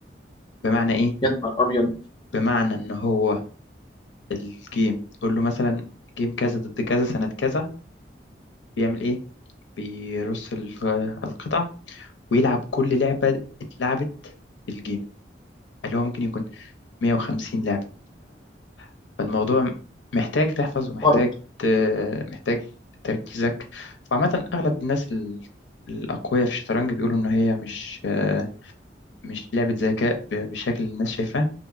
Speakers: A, on the left; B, on the left.
A: بمعنى إيه؟
B: يا نهار ابيض
A: بمعنى إن هو الجيم تقول له مثلا جيم كذا ضد كذا سنة كذا بيعمل إيه؟ بيرص الغ- القطع ويلعب كل لعبة اتلعبت في الجيم اللي هو ممكن يكون 150 لعبة فالموضوع محتاج تحفظ ومحتاج
B: اه
A: ت- محتاج تركيزك وعامة أغلب الناس ال- الأقوياء في الشطرنج بيقولوا إن هي مش آه، مش لعبة ذكاء ب- بالشكل اللي الناس شايفاه